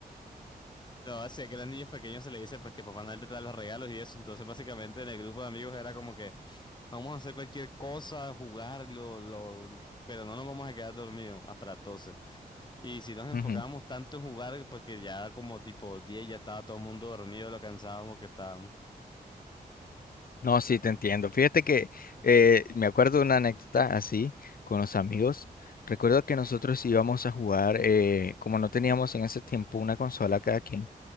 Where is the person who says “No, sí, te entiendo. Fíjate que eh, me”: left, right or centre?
Left